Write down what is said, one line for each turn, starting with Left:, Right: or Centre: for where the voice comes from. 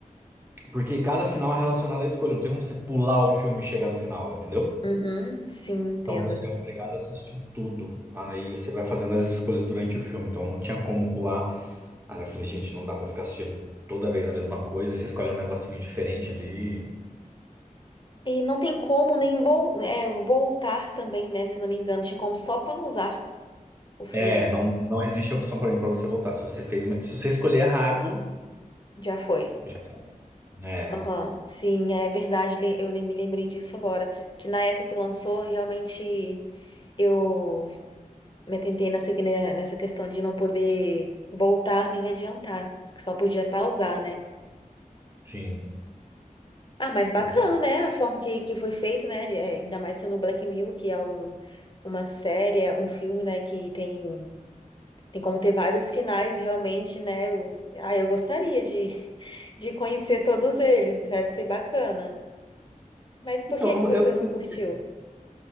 Right: porque cada final é relacionado à escolha. Não tem como você pular o filme e chegar no final, entendeu?
Left: Uhum, sim, entendo.
Right: Então você é obrigado a assistir tudo. Aí você vai fazendo as escolhas durante o filme. Então não tinha como pular. Aí eu falei, gente, não dá pra ficar assistindo toda vez a mesma coisa. Você escolhe um negocinho diferente ali.
Left: E não tem como nem vol é, voltar também, né? Se eu não me engano, tinha como só pausar o filme.
Right: É, não, não existe opção pra mim pra você voltar. Se você fez uma- se você escolher errado,
Left: Já foi.
Right: já, né?
Left: Aham, Sim, é verdade, le- eu le- me lembrei disso agora. Que na época que lançou, realmente eu me atentei nessa, que- né, nessa questão de não poder voltar nem adiantar, que só podia pausar, né?
Right: Sim.
Left: Ah, mas bacana,
Right: Então.
Left: né? A forma que, que foi feito, né? É, ainda mais sendo Black Mirror, que é um, uma série, é um filme, né? Que tem, tem como ter vários finais, realmente, né? Eu, ah, eu gostaria de, <laughs> de conhecer todos eles, deve ser bacana. Mas por
Right: Então,
Left: que
Right: não-
Left: que você
Right: eu esqueci
Left: não curtiu?
Right: disso.